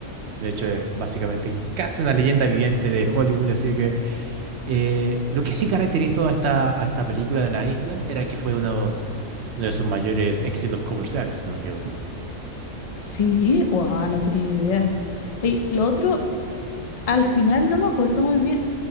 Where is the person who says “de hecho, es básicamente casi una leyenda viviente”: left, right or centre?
Right